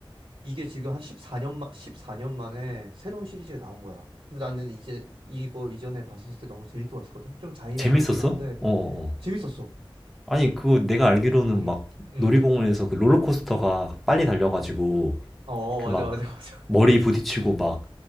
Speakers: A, on the right; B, in the centre.
A: 이게 지금 한 십사 년만 14년 만에 새로운 시리즈가 나온 거야. 근데 나는 이제 이거 이전에 봤었을 때 너무 재밌게 봤었거든? 좀 잔인하기도
B: 재밌었어?
A: 한데,
B: 어, 어, 어.
A: 재밌었어.
B: 아니, 그거 내가 알기로는
A: 음,
B: 막
A: 음.
B: 놀이공원에서 그 롤러코스터가 빨리 달려가지고
A: 어,
B: 그
A: 맞아,
B: 막
A: 맞아, 맞아.
B: 머리
A: <laughs>
B: 부딪히고 막